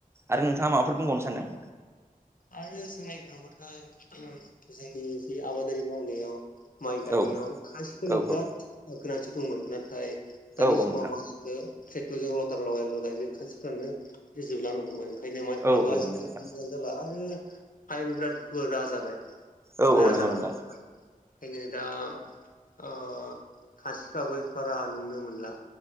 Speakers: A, on the right; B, on the left.
A: आरो नोंथाङा माबाफोर बुंबावनो सानदों?
B: आरो जों नायनो थांबाथाय जोंनि जि आबादारि मावनायाव माइ गायनायाव
A: औ
B: खान्सिफोरनि
A: औ
B: बिराद
A: औ
B: गोनांथि दंमोन नाथाय दानि
A: औ औ
B: समाव
A: नोंथां
B: <unintelligible> ट्रेक्टरजों रटार लगाय लगाय बे खान्सिफ्रानो जोबलांनो हमबाय खायनो माइफ्राबो
A: औ औ
B: आजिखालि
A: नंगौ नोंथां
B: जाला आरो हायो बिराद गोरा जाबाय
A: औ
B: गोरा
A: औ नंगौ
B: जानो
A: नोंथां।
B: ओंखायनो दा ओ खान्स्रिफ्राबो बारा नुनो मोनला।